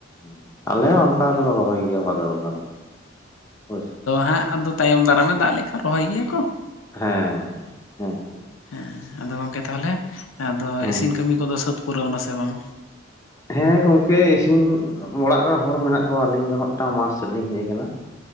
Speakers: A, on the left (about 15°); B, on the left (about 85°).
A: ᱾ ᱟᱞᱮ
B: ᱟᱫᱚ
A: ᱦᱚᱸ ᱚᱱᱠᱟ
B: ᱜᱚᱝᱠᱮ
A: ᱫᱚᱞᱮ ᱨᱚᱦᱚᱭ ᱜᱮᱭᱟ ᱵᱷᱟᱫᱚᱨ ᱵᱚᱸᱜᱟ ᱫᱷᱟᱹᱵᱤᱡ ᱦᱳᱭ ᱥᱮ ᱾
B: ᱦᱟᱸᱜ ᱟᱫᱚ ᱛᱟᱭᱚᱢ ᱫᱟᱨᱟᱢᱮ ᱫᱟᱜ ᱞᱮᱠᱷᱟᱱᱮ ᱨᱚᱦᱚᱭ ᱜᱮᱭᱟ ᱠᱚ ᱾
A: ᱦᱮᱸ ᱦᱮᱸ ᱾
B: ᱦᱮᱸ ᱟᱫᱚ ᱜᱚᱝᱠᱮ ᱛᱟᱦᱚᱞᱮ ᱟᱫᱚ
A: ᱦᱮᱸ
B: ᱤᱥᱤᱱ ᱠᱟᱹᱢᱤ ᱠᱚᱫᱚ ᱥᱟᱹᱛ ᱯᱩᱨᱟᱹᱣ ᱱᱟᱥᱮ ᱵᱟᱝ?
A: ᱦᱮᱸ ᱜᱚᱝᱠᱮ ᱤᱥᱤᱱ ᱚᱲᱟᱜ ᱨᱮ ᱦᱚᱲ ᱢᱮᱱᱟᱜ ᱠᱚᱣᱟ ᱟᱹᱞᱤᱧ ᱫᱚ ᱦᱟᱸᱜ ᱴᱟᱝ ᱢᱟᱴᱷ ᱥᱮᱫ ᱞᱤᱧ ᱦᱮᱡ ᱠᱟᱱᱟ ᱾